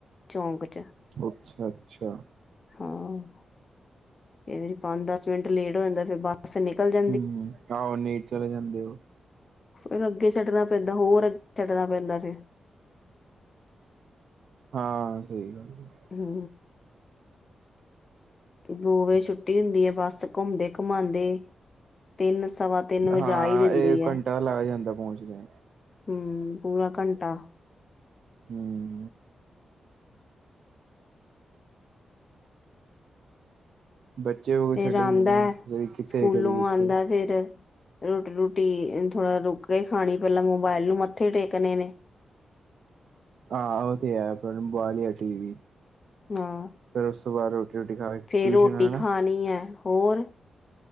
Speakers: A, on the left; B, on the right.
A: ਚੌਂਕ ਚ।
B: ਅੱਛਾ-ਅੱਛਾ।
A: ਹਾਂ, ਕਈ ਵਾਰੀ ਪੰਜ ਦਸ ਮਿੰਟ ਲੇਟ ਹੋ ਜਾਂਦਾ ਫਿਰ ਬੱਸ ਬਸ ਨਿਕਲ ਜਾ
B: ਹੂੰ ਆਹੋ ਨਹੀਂ ਚਲੇ ਜਾਂਦੇ ਉਹ।
A: ਫਿਰ ਅੱਗੇ ਛੱਡਣਾ ਪੈਂਦਾ ਹੋਰ ਅੱਗੇ, ਛੱਡਣਾ ਪੈਂਦਾ ਫਿਰ।
B: ਹਾਂ ਸਹੀ ਗੱਲ ਏ।
A: ਹੂੰ ਦੋ ਵਜੇ ਛੁੱਟੀ ਹੁੰਦੀ ਏ ਬੱਸ ਘੁੰਮਦੇ ਘੁਮਾਦੇ, ਤਿੰਨ ਸਵਾ ਤਿੰਨ ਵਜਾ
B: ਹਾਂ
A: ਹੀ ਦਿੰਦੀ
B: ਇਹ ਘੰਟਾ ਲੱਗ ਜਾਂਦਾ ਪਹੁੰਚਦਿਆ।
A: ਹੂੰ ਪੂਰਾ ਘੰਟਾ।
B: ਹੂੰ ਬੱਚੇ ਕੋਲ
A: ਫੇਰ
B: ਛੱਡੇ
A: ਆਂਦਾ,
B: ਹੁੰਦੇ ਨੇ ਕਦੇ ਕਿਤੇ
A: ਸਕੂਲੋਂ
B: ਕਦੇ ਕਿਤੇ
A: ਆਂਦਾ ਫਿਰ। ਰੋਟੀ-ਰੂਟੀ ਥੋੜਾ ਰੁਕ ਕੇ ਖਾਣੀ ਪਹਿਲਾਂ ਮੋਬਾਇਲ ਨੂੰ ਮੱਥੇ ਟੇਕਣੇ ਨੇ।
B: ਹਾਂ ਉਹ ਤੇ ਹੈ ਪਰ ਬੁਆ ਲਿਆ ਟੀ ਵੀ।
A: ਹਾਂ
B: ਫਿਰ ਉਸ ਤੋਂ ਬਾਅਦ ਰੋਟੀ-ਰੂਟੀ ਖਾ ਕੇ
A: ਫੇਰ
B: ਟਿਊਸ਼ਨ
A: ਰੋਟੀ
B: ਹਨਾ
A: ਖਾਣੀ ਐ ਹੋਰ।